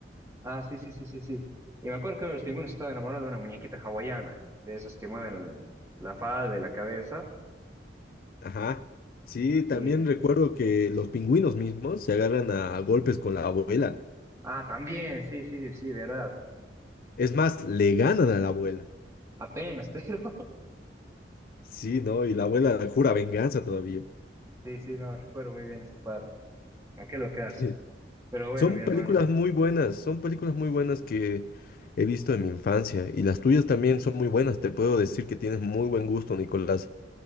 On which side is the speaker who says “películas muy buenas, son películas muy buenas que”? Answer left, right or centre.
Left